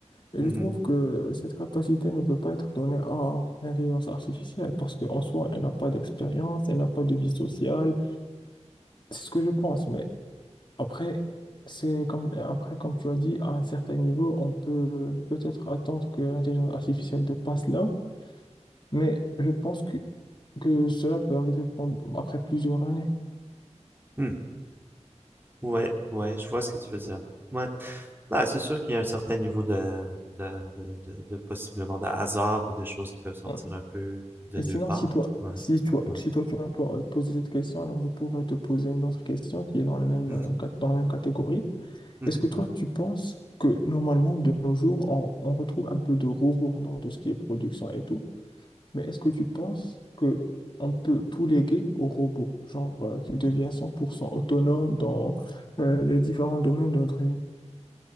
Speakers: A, on the left; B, on the right.
A: Et
B: Mhm.
A: je trouve que cette capacité ne peut pas être donnée à l'intelligence artificielle parce qu'en soi, elle n'a pas d'expérience, elle n'a pas de vie sociale. C'est ce que je pense. Mais après, c'est comme, après, comme tu as dit, à un certain niveau, on peut euh, peut-être attendre que l'intelligence artificielle dépasse là. Mais je pense que, que cela peut arriver pend- après plusieurs années.
B: Hmm. Ouais, ouais, je vois ce que tu veux dire. Ouais. Bah, c'est sûr qu'il y a un certain niveau de, de, de, de, de possiblement de hasard ou de choses qui peuvent sortir
A: Ouais.
B: un peu de
A: Et
B: nulle
A: sinon,
B: part.
A: si toi,
B: Ouais,
A: si tu,
B: ouais.
A: si toi, tu m'as po- posé cette question, alors je pourrais te poser une autre question qui est dans le même,
B: Mhm,
A: euh, cat- dans la même catégorie.
B: mhm,
A: Est-ce que toi,
B: mhm.
A: tu penses que normalement, de nos jours, on, on retrouve un peu de robots dans tout ce qui est production et tout, mais est-ce que tu penses que on peut tout léguer aux robots, genre euh, qu'ils deviennent 100% autonomes dans euh, les différents domaines de notre vie?